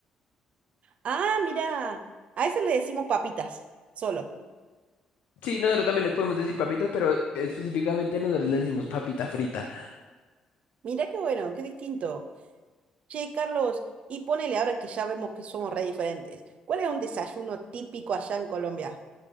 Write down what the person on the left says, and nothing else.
Sí, nosotros también les podemos decir papitas, pero específicamente nosotros le decimos papita frita.